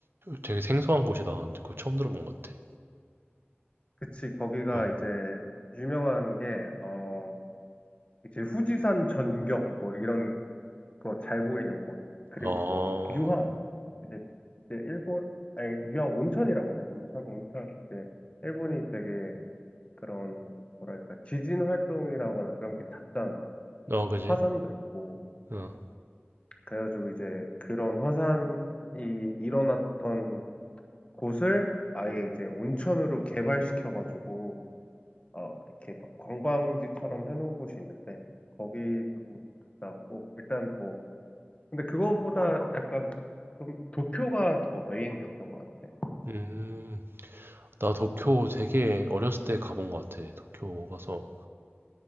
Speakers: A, on the right; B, on the left.
A: 되게 생소한 곳이다. 근데 그거 처음 들어본 것 같아.
B: 그치, 거기가
A: 어,
B: 이제 유명한 게, 어, 이제 후지산 전경 뭐 이런 거 잘 보이는 곳. 그리고
A: 어,
B: 뭐 유황. 이제, 이제 일본, 아니, 유황 온천이라고 해요. 온천, 온천. 이제 일본이 되게 그런 뭐랄까 지진 활동이라거나 그런 게 잦잖아.
A: 어, 그지?
B: 화산도 있고
A: 어,
B: 그래가지고 이제 그런 화산이 일어났던 곳을 아예 이제 온천으로 개발시켜가지고 어 이렇게 막 관광지처럼 해놓은 곳이 있는데 거기도 갔다 왔고 일단 뭐 근데 그거보다 약간 좀 도쿄가 더 메인이었던 것 같아.
A: 음, 나 도쿄 되게 어렸을 때 가본 것 같아. 도쿄 가서